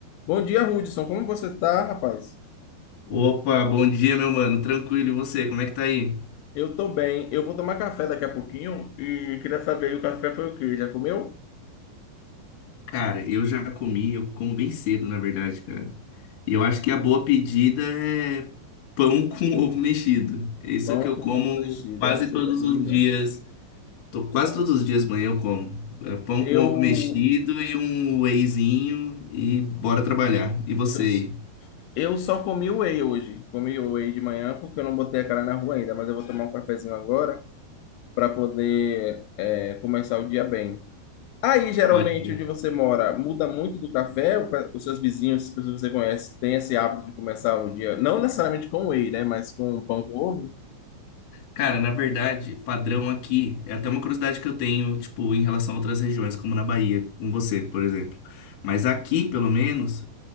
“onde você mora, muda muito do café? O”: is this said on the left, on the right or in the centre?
Left